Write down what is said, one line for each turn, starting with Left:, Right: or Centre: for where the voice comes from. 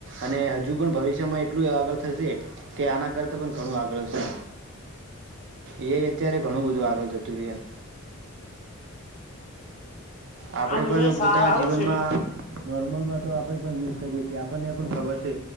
Right: અને હજુ પણ ભવિષ્યમાં એટલું આગળ થશે કે આના કરતા પણ ઘણું આગળ હશે. એઆઈ અત્યારે ઘણું બધું આગળ જતું રહ્યું એમ. આપડે
Left: આમ
Right: પણ
Left: એ સારું
Right: પોતાના જીવનમાં
Left: છે
Right: નોર્મલમાં તો આપડે પણ યુઝ કરીએ છીએ. આપણને પણ ખબર છે.